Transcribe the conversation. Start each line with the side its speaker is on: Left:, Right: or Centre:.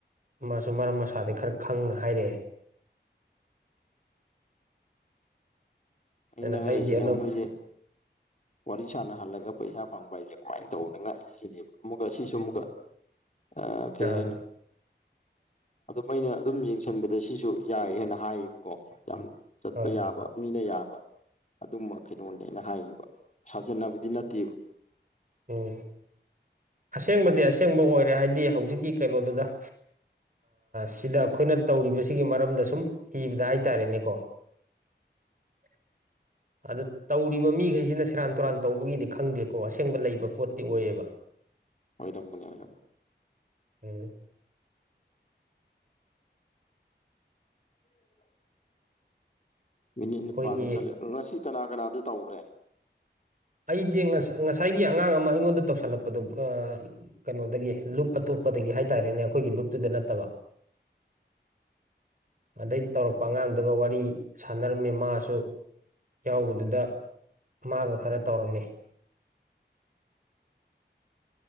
Right: ꯃꯥꯁꯨ ꯃꯔꯝ ꯃꯁꯥꯗꯒꯤꯩ ꯈꯔ ꯈꯪꯅ ꯍꯥꯏꯔꯛꯑꯦ
Left: ꯑꯩꯅꯉꯛꯏꯁꯤꯅ
Right: ꯑꯗꯨꯅ ꯑꯩꯗꯤ ꯑꯅꯧ
Left: ꯃꯣꯏꯁꯦ
Right: <inaudible>
Left: ꯋꯥꯔꯤ ꯁꯥꯟꯅꯍꯜꯂꯒ ꯄꯩꯁꯥ ꯐꯪꯕ ꯍꯥꯏꯁꯦ ꯀꯃꯥꯏꯅ ꯇꯧꯕꯅꯉꯥꯏꯁꯤꯅꯦꯕ ꯑꯃꯨꯛꯀ ꯁꯤꯁꯨ ꯑꯃꯨꯛꯀ
Right: <inaudible>
Left: ꯑ ꯀꯩ
Right: ꯑꯥ
Left: ꯍꯥꯏꯅ ꯑꯗꯨꯝ ꯑꯩꯅ ꯑꯗꯨꯝ ꯌꯦꯡꯁꯤꯟꯕꯗ ꯁꯤꯁꯨ ꯌꯥꯏ ꯍꯥꯏꯅ ꯍꯥꯏꯌꯦꯕꯀꯣ ꯌꯥꯝ ꯆꯠꯄ
Right: ꯍꯣꯏ
Left: ꯌꯥꯕ ꯃꯤꯅ ꯌꯥꯕ ꯑꯗꯨꯝꯕ ꯀꯩꯅꯣꯅꯦ ꯑꯩꯅ ꯍꯥꯏꯌꯦꯈꯤꯕ ꯁꯥꯖꯟꯅꯕꯗꯤ ꯅꯠꯇꯦꯕ
Right: ꯎꯝ ꯑꯁꯦꯡꯕꯗꯤ ꯑꯁꯦꯡꯕ ꯑꯣꯏꯔꯦ ꯍꯥꯏꯗꯤ ꯍꯧꯖꯤꯛꯀꯤ ꯀꯩꯅꯣꯗꯨꯗ ꯁꯤꯗ ꯑꯩꯈꯣꯏꯅ ꯇꯧꯔꯤꯕꯁꯤꯒꯤ ꯃꯔꯝꯗ ꯁꯨꯝ ꯏꯕꯗ ꯍꯥꯏꯇꯥꯔꯦꯅꯦꯀꯣ <inaudible> ꯑꯗꯨ ꯇꯧꯔꯤꯕ ꯃꯤꯈꯩꯁꯤꯅ ꯁꯦꯔꯥꯟ ꯇꯨꯔꯥꯟ ꯇꯧꯕꯒꯤꯗꯤ ꯈꯪꯗꯦꯀꯣ ꯑꯁꯦꯡꯕ ꯂꯩꯕ ꯄꯣꯠꯇꯤ ꯑꯣꯏꯌꯦꯕ
Left: ꯑꯣꯏꯔꯝꯒꯅꯤ ꯑꯣꯏꯔꯝ
Right: ꯎꯝ
Left: <inaudible> ꯃꯤꯅꯤꯠ ꯅꯤꯄꯥꯟꯗꯤ
Right: ꯑꯩꯈꯣꯏꯒꯤ
Left: ꯆꯠꯂꯦ ꯉꯁꯤ ꯀꯅꯥ ꯀꯅꯥꯗꯤ ꯇꯧꯈ꯭ꯔꯦ
Right: ꯑꯩꯗꯤ ꯉꯁꯥꯏꯒꯤ ꯑꯉꯥꯡ ꯑꯃ ꯑꯩꯉꯣꯟꯗ ꯇꯧꯁꯜꯂꯛꯄꯗꯨꯒ ꯀꯩꯅꯣꯗꯒꯤ ꯂꯨꯞ ꯑꯇꯣꯞꯄꯗꯒꯤ ꯍꯥꯏ ꯇꯔꯦꯅꯦ ꯑꯩꯈꯣꯏꯒꯤ ꯂꯨꯞꯇꯨꯗ ꯅꯠꯇꯕ ꯑꯗꯩ ꯇꯧꯔꯛꯄ ꯑꯉꯥꯡꯗꯨꯒ ꯋꯥꯔꯤ ꯁꯥꯟꯅꯔꯝꯃꯦ ꯃꯥꯁꯨ ꯌꯥꯎꯕꯗꯨꯗ ꯃꯥꯒ ꯈꯔ ꯇꯧꯔꯝꯃꯦ